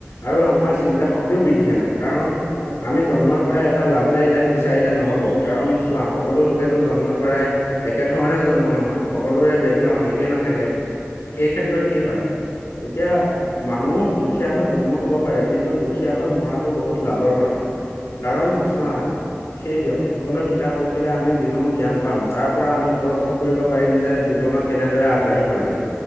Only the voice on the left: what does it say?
আৰু
আমাৰ চিন্তাশক-
তিও বৃদ্ধি হয়। কাৰণ
আমি জন্মৰ পৰাই এটা লাকজাৰী লাইফ বিচাৰিলে নহ'ব, কাৰণ - চোৱা সকলো
লোকেতো জন্মৰ পৰাই একেধৰণে জন্ম নহয়, সকলোৰে বেক- গ্ৰাউণ্ড
একে নাথাকে, সেই ক্ষেত্ৰত
কি হয়, এতিয়া
মানুহ দু- খিয়া হৈ জন্ম হ'ব পাৰে কিন্তু দু- খিয়া হৈ মৰাটো
বহুত লাজৰ কথা, কাৰণ
চোৱা
সেই ব্যক্তিসকলৰ কিতাপ পঢ়িলে আমি যিসমূহ জ্ঞান পাম তাৰ পৰা আমি উপলব্ধ
কৰিব পাৰিম যে জীৱনত কেনেদৰে আগবাঢ়িব লাগে।